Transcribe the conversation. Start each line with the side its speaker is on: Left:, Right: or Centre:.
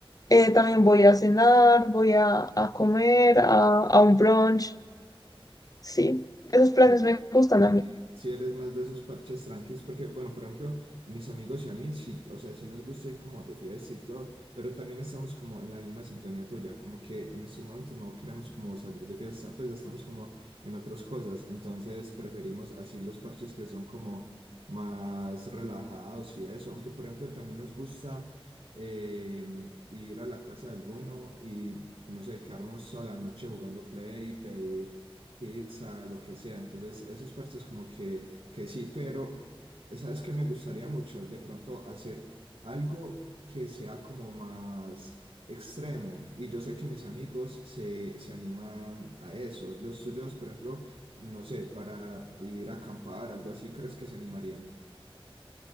Left: eh, también voy a cenar, voy a, a comer, a, a un brunch, sí, esos planes
Right: Sí,
Left: me gustan a mí.
Right: sí. Si eres más de esos parches tranquis, porque, bueno, por ejemplo, a mis amigos y a mí, sí, o sea, sí nos gusta ir como de fiesta y todo, pero también estamos como en la misma sintonía tuya, como que en estos momentos no queremos como salir de fiesta, pues ya estamos como en otras cosas, entonces preferimos así los parches que son como más relajados y eso, aunque, por ejemplo, también nos gusta eh, ir a la casa de alguno y, no sé, quedarnos a la noche jugando play, pedir pizza, lo que sea. Entonces, esos parches como que, que sí, pero ¿sabes qué me gustaría mucho? De pronto hacer algo que sea como más extremo. Y yo sé que mis amigos se, se animan a eso. Los tuyos, por ejemplo, no sé, para ir a acampar, algo así, ¿crees que se animarían?